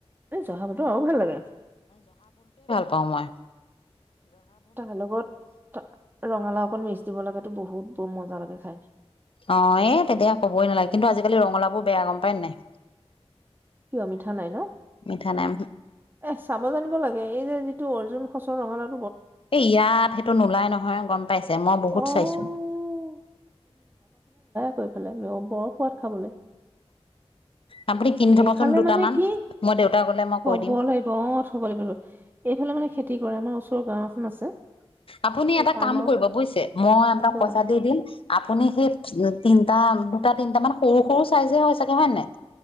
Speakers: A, on the right; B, on the left.
A: এই জহাবতৰ আৰু ভাল লাগে
B: সমময়
A: তাৰ লগত ৰঙালাও অকণ মিচ দিব লাগে তো বহুত বহুত মজা লাগে চাই
B: অ এ তেতিয়া ক'বই নালাগে কিন্তু আজিকালি ৰঙালাওবোৰ বেয়া গম পায় নে নাই?
A: কিয় মিঠা নাই ন।
B: মিঠা নাই
A: এ চাব জানিব লাগে এই যে যিটো অৰ্জুন সচৰ ৰঙালা-
B: এ ইয়াত সেইটো নোলাই নহয় গম পাইছ ছে মই বহুত
A: অ',
B: চাইছো।
A: কৈ পেলাই বৰ সোৱাদ খাবলৈ।
B: আপুনি কিনি থবচোন
A: এইফালে
B: দুটামান
A: মানে কি,
B: মই দেউতা গলে মই
A: থব
B: কৈ দিম
A: লাগিব অ থব লাগিব <unintelligible> এইফালে মানে খেতি কৰে। আমাৰ ওচ চ গাঁও এখন আছে।
B: আপুনি
A: এই
B: এটা
A: টাউনৰ
B: কাম কৰিব বুজিছে মই আপোনাক
A: পৰা
B: পইচা দি দিম। আপুনি সেই তিনিটা দুটা তিনটা মান সৰু সৰু চাইজে হয় চাগে হয় নাই?